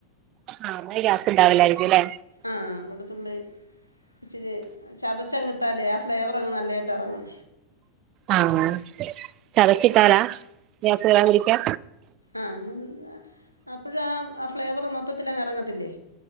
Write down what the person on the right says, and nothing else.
ആഹ് അങ്ങനെ ഗ്യാസ് ഉണ്ടാവില്ലായിരിക്കും അല്ലേ
ആഹ് ചതച്ചിട്ടാലാ ഗ്യാസ് കേറാതിരിക്കാ